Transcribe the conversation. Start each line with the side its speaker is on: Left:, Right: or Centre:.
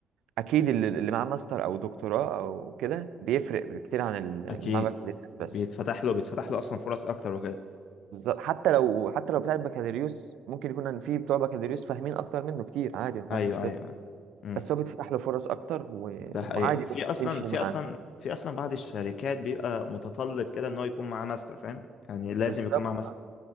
Right: اكيد اللي اللي معاه ماستر او دكتوراه او كده بيفرق كتير عن ال-
Left: اكيد
Right: اللي معاه بكالوريوس
Left: بيتفتح
Right: بس
Left: له بيتفتح له اصلا فرص اكتر وكده
Right: بالظبط حتى لو حتى لو بتاع البكالوريوس ممكن يكون ان في بتوع بكالوريوس فاهمين اكتر منه كتير عادي ما فيهاش
Left: ايوه
Right: مشكله
Left: ايوه أيوة. مم.
Right: بس هو بيتفتح له فرص اكتر و...
Left: ده
Right: وعادي
Left: حقيقي في
Right: ممكن
Left: اصلا
Right: تمشي
Left: في
Right: معاه
Left: اصلا في اصلا بعض الشركات بيبقى متطلب كده ان هو يكون معاه ماستر فاهم يعني لازم
Right: بالظبط
Left: يكون معاه ماستر